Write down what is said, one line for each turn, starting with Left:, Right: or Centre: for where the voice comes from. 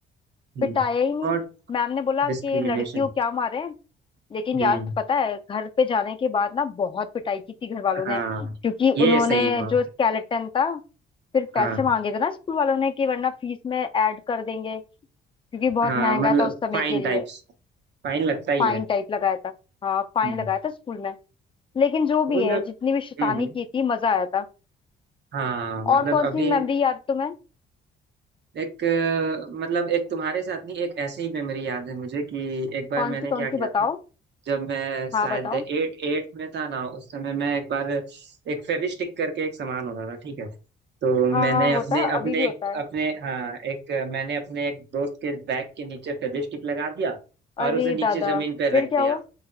Right: हम्म
Left: पिटाया ही नहीं
Right: और
Left: मैम ने बोला कि
Right: डिस्क्रिमिनेशन
Left: लड़कियों क्या मारे लेकिन
Right: हम्म
Left: यार पता है घर पे जाने के बाद ना बहुत पिटाई की थी घर वालों ने
Right: हाँ
Left: क्योंकि
Right: ये
Left: उन्होंने
Right: सही हुआ
Left: जो
Right: भाई।
Left: स्केलेटन था फिर पैसे
Right: हाँ
Left: मांगे थे ना स्कूल वालों ने कि वरना फीस में ऐड कर देंगे क्योंकि बहुत
Right: हाँ
Left: महंगा
Right: मतलब
Left: था उस समय
Right: फाइन
Left: के लिए
Right: टाइप्स फाइन लगता ही
Left: फाइन
Right: है
Left: टाइप लगाया था हाँ फाइन
Right: हम्म
Left: लगाया था स्कूल में लेकिन जो भी
Right: स्कूल
Left: है
Right: में
Left: जितनी भी
Right: हम्म
Left: शैतानी
Right: हम्म,
Left: की थी मजा आया था
Right: हाँ मतलब
Left: और कौन
Right: अभी
Left: सी मेमोरी याद तुम्हें
Right: एक अ, मतलब एक तुम्हारे साथ नहीं एक ऐसी ही मेमोरी याद है मुझे कि एक बार
Left: कौन
Right: मैंने
Left: सी कौन
Right: क्या किया
Left: सी बताओ
Right: था जब मैं
Left: हाँ
Right: शायद
Left: बताओ
Right: एट एट में था ना उस समय मैं एक बार एक फेविस्टिक करके एक सामान होता था ठीक है तो
Left: हाँ
Right: मैंने
Left: हाँ
Right: अपने
Left: होता है
Right: अपने
Left: अभी भी होता
Right: एक
Left: है
Right: अपने हाँ एक मैंने अपने एक दोस्त के बैग के नीचे फेविस्टिक लगा दिया
Left: अरे
Right: और उसे नीचे
Left: दादा
Right: जमीन पर
Left: फिर
Right: रख
Left: क्या
Right: दिया
Left: हुआ